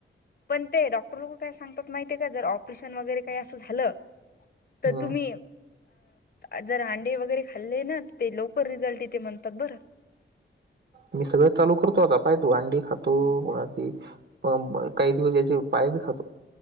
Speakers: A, on the left; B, on the right.
A: पण ते डॉक्टर लोक काय सांगतात माहितीये का, जर ऑपरेशन वगैरे काही असं झालं. तर
B: हम्म
A: तुम्ही अ जर अंडे वगैरे खाल्ले ना ते लवकर रिझल्ट येते म्हणतात बरं
B: मी सगळंच चालू करतो. आता पाय तू अंडी खातो <unintelligible> ती पण काही दिवस याचे पाय बी खातो.